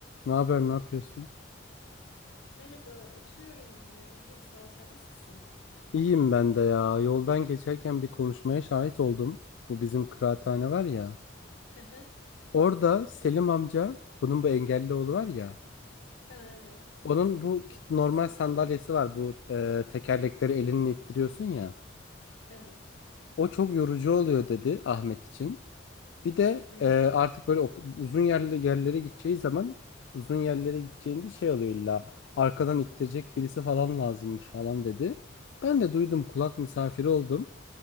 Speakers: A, on the left; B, on the left.
A: Ne haber, ne yapıyorsun?
B: Merhaba, oturuyorum. Ee, iyiyim, sağ ol. Sen nasılsın?
A: İyiyim ben de ya. Yoldan geçerken bir konuşmaya şahit oldum. Bu bizim kıraathane var ya.
B: Hı hı.
A: Orada Selim amca, bunun bu engelli oğlu var ya.
B: Ha, evet.
A: Onun bu kit- normal sandalyesi var. Bu e, tekerlekleri elinle ittiriyorsun ya.
B: Evet.
A: O çok yorucu oluyor dedi Ahmet için. Bir de
B: Hmm.
A: e, artık böyle oku- uzun yerli yerlere gideceği zaman uzun yerlere gideceğinde şey oluyor illa arkadan ittirecek birisi falan lazımmış falan dedi. Ben de duydum kulak misafiri oldum.